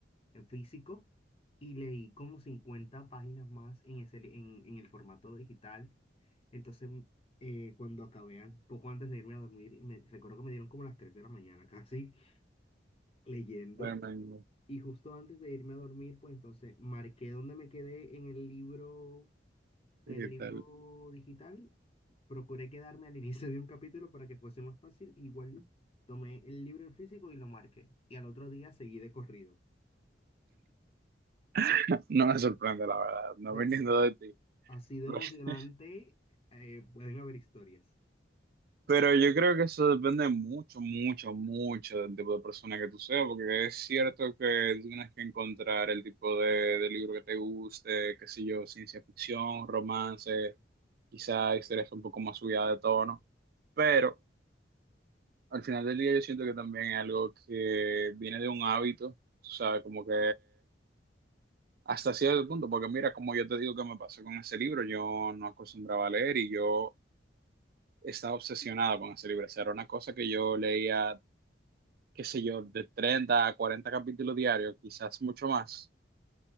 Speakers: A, on the left; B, on the right.
A: en físico y leí como 50 páginas más en, ese, li- en, en el formato digital. Entonces, mm, eh, cuando acabé, an- poco antes de irme a dormir, me, recuerdo que me dieron como las 3 de la mañana casi <laughs> leyendo.
B: Bueno,
A: Y justo antes de irme a dormir, pues entonces marqué dónde me quedé en el libro, en
B: ¿qué
A: el libro
B: tal?
A: digital. Procuré quedarme al <laughs> inicio de un capítulo para que fuese más fácil. Igual tomé el libro en físico y lo marqué. Y al otro día seguí de corrido.
B: <laughs> No me sorprende, la verdad, no
A: Ya.
B: viniendo de ti.
A: Así de
B: <laughs>
A: emocionante, eh, pueden haber historias.
B: Pero yo creo que eso depende mucho, mucho, mucho del tipo de persona que tú seas, porque es cierto que tú tienes que encontrar el tipo de, de libro que te guste, qué sé yo, ciencia ficción, romance, quizá historias un poco más subidas de tono, pero al final del día yo siento que también es algo que viene de un hábito, tú sabes, como que hasta cierto punto, porque mira, como yo te digo que me pasó con ese libro, yo no acostumbraba a leer y yo estaba obsesionado con ese libro. O sea, era una cosa que yo leía qué sé yo, de 30 a 40 capítulos diarios, quizás mucho más,